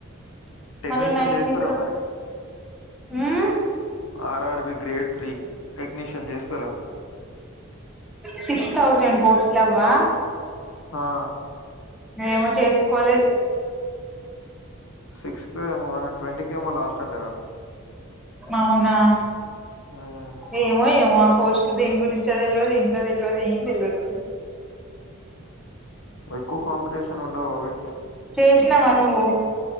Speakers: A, on the left; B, in the centre.
A: టెక్నీషియన్
B: మళ్ళా నైట్
A: జేసుకోరా
B: నిద్ర ఉమ్
A: ఆర్ఆర్బి గ్రేడ్ త్రీ టెక్నీషియన్ చేసుకోరా
B: సిక్స్ థౌసండ్ పోస్ట్లవ్వ
A: హా
B: ఏమో చేసుకోవలే
A: సిక్స్కి ఏమో ట్వంటీ కేమో లాస్ట్ అంటగా
B: అవునా
A: హ్మ్.
B: ఏమో ఏమో <unintelligible> దేం గురించో తెల్వదు ఏం తెల్దదు ఏం తెల్లదు
A: ఎక్కువ కాంపిటీషన్ ఉండవు వీటిని
B: చేసినవా నువ్వు